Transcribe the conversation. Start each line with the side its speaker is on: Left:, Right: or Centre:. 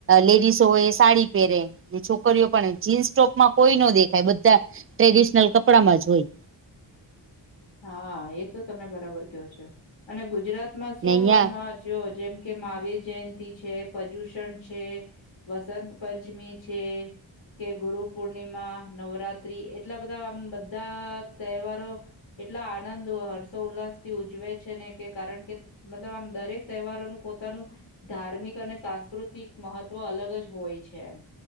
Right: લેડીસો હોય એ સાડી પહેરે છોકરીઓ પણ જીન્સ ટોપ માં કોઈ ન દેખાય બધા ટ્રેડિશનલ કપડામાં જ હોય
Left: હા એ તો તમે બરાબર કયો છો અને ગુજરાતમાં શું
Right: ને અહિયાં
Left: આમ જો જેમ કે મહાવીર જયંતિ છે પ્રદૂષણ છે વસંત પંચમી છે. કે ગુરુ પૂર્ણિમા નવરાત્રી એટલા બધા આમ બધા તહેવારો એટલા આનંદ હર્ષોલ્લાસ થી ઉજવે છે ને કે કારણ કે મતલબ આમ દરેક તહેવારોનું પોતાનું ધાર્મિક અને સાંસ્કૃતિક મહત્વ અલગ જ હોય છે એમ